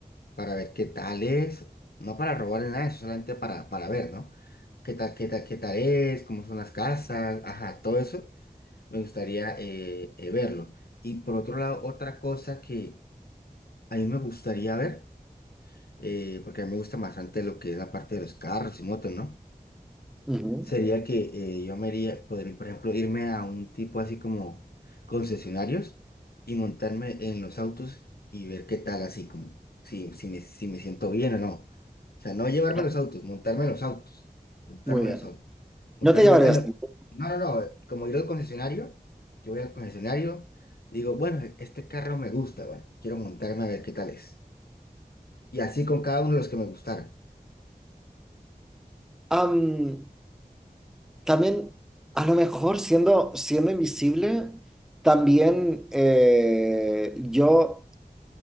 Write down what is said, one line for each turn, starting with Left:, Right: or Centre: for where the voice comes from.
Left: para ver qué tal es, no para robarle nada, de eso solamente para, para ver, ¿no? ¿Qué tal, qué tal, qué tal es? ¿Cómo son las casas? Ajá, todo eso Me gustaría eh, eh, verlo. Y por otro lado, otra cosa que a mí me gustaría ver, eh, porque a mí me gusta bastante lo que es la parte de los carros y motos, ¿no?
Centre: ujú,
Left: sería que eh, yo me haría, poder, por ejemplo, irme a un tipo así como concesionarios y montarme en los autos y ver qué tal, así como si, si me, si me siento bien o no. O sea, no llevarme
Centre: claro.
Left: los autos, montarme en los autos, montarme
Centre: Muy bien.
Left: en los autos, montarme
Centre: No te llevarías
Left: en los-
Centre: ningún-
Left: No, no, no, como ir al concesionario, yo voy al concesionario, digo, bueno, este carro me gusta, bueno, quiero montarme a ver qué tal es. Y así con cada uno de los que me gustaran.
Centre: Am, También, a lo mejor siendo, siendo invisible, también eh, yo,